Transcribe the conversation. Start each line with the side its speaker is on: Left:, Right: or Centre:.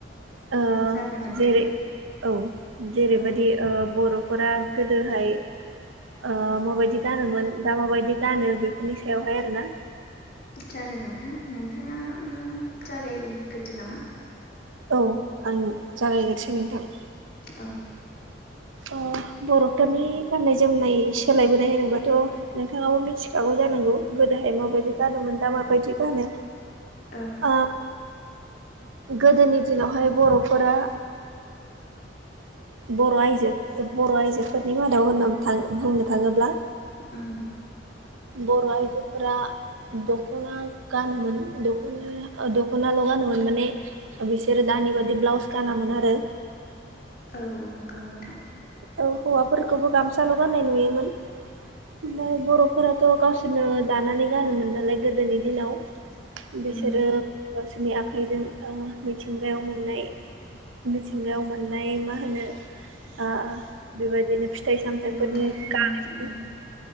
Right: ओ
Left: जागोन नोंथां
Right: जेरै औ जेरैबायदि
Left: औ
Right: ओ बर' फोरा गोदोहाय ओ माबायदि गानोमोन दा माबायदि गानो बेफोरनि सायावहाय आरो ना
Left: जागोन नोंथां नोंथाङानो जागायग्रोदो नामा
Right: औ आं जागायग्रोसै नोंथां
Left: औ
Right: अ बर'फोरनि गाननाय जोमनाय सोलायबोनाय होनोबाथ' नोंथाङाबो मिथिखागौ जानांगौ गोदोहाय माबादि गानोमोन दा माबायदि गानो
Left: औ
Right: ओ गोदोनि दिनावहाय बर'फोरा बर' आइजो बर' आयजोफोरनि मादाव होननानै बुंनो थाङोब्ला
Left: उम
Right: बर' आइजोफोरा दख'ना गानोमोन दखना दख'नाल' गानोमोन माने बिसोरो दानि बादि ब्लाउस गानामोन आरो
Left: औ नंगौ नोंथां
Right: औ हौवाफोरखौबो गामसाल' गाननाय नुयोमोन ओमफ्राय बर'फोराथ' गावसोरनो दानानै गानोमोन नालाय गोदोनि दिनाव बिसोरो
Left: उम
Right: गावसोरनि आखाइजों ओ मिथिंगायाव मोननाय मिथिंगायाव मोननाय मा होनो ओ बेबायदिनो फिथाइ सामथायफोरनि
Left: नुथायफोरनि
Right: गानायखौ
Left: उम